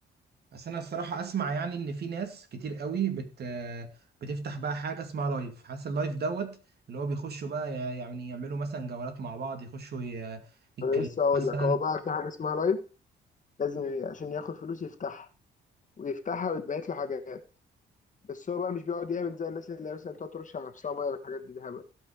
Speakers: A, on the right; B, on the left.
A: بس انا الصراحه اسمع يعني ان في ناس كتير قوي بت بتفتح بقى حاجه اسمها لايف حاسس اللايف دوت اللي هو بيخشوا بقى يعني يعملوا مثلا جولات مع بعض يخشوا ي- يتكلموا
B: انا لسه هقول
A: مثلا
B: لك هو بقى في حاجة اسمها لايف لازم ي- عشان ياخد فلوس يفتحها ويفتحها ويتبعت له حاجات بس هو بقى مش بيقعد يعمل زي الناس اللي مثلا تقعد ترش على نفسها ميه والحاجات دي ده هبل